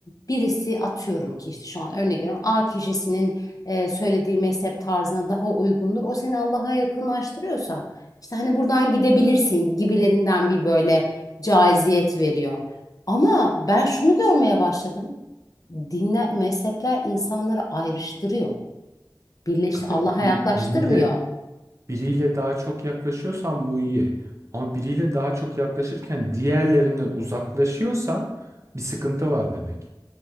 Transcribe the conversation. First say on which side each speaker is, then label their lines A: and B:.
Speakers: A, on the left (about 45°); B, on the right (about 35°).
A: birisi atıyorum ki işte şu an örnek veriyorum A kişisinin e, söylediği mezhep tarzına daha uygundur. O seni Allah'a yakınlaştırıyorsa işte hani buradan gidebilirsin gibilerinden bir böyle caiziyet veriyor. Ama ben şunu görmeye başladım dinler, mezhepler insanları ayrıştırıyor. Birleşti,
B: Tabii tabii
A: Allah'a
B: bir-
A: yaklaştırmıyor.
B: biriyle biriyle daha çok yaklaşıyorsan bu iyi. Ama biriyle daha çok yaklaşırken diğerlerinden uzaklaşıyorsan bir sıkıntı var demek.